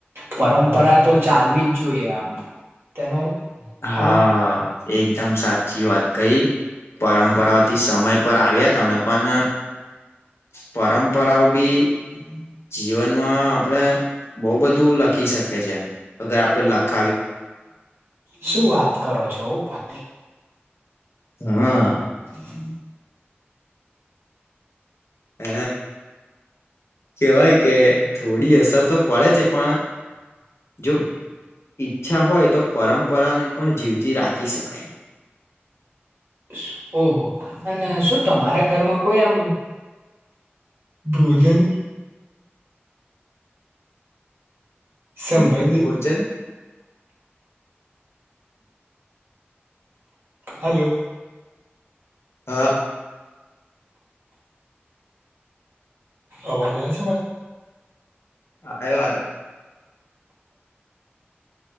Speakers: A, on the right; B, on the left.
A: પરંપરા તો ચાલવી જ જોઈએ આમ. તેનું
B: હા,
A: આમ
B: એકદમ સાચી વાત કહી. પરંપરાઓથી સમય પર આવ્યા તમે પણ, પરંપરાઓ બી
A: <inaudible>
B: જીવનમાં આપડે બહુ બધું લખી શકે છે. અગર આપણે લખ
A: શું વાત કરો છો? <unintelligible>
B: હા.
A: <inaudible>
B: હ કેવાય કે થોડી અસર તો પડે છે પણ જો ઈચ્છા હોય તો પરંપરા ને પણ જીવતી રાખી શકાય
A: હ ઓહો અને શું તમારા ઘરમાં કોઈ આમ ભોજન સંભર
B: શું ભોજન
A: હાલો
B: હા.
A: અવાજ આવે છે મારે
B: આયો આયો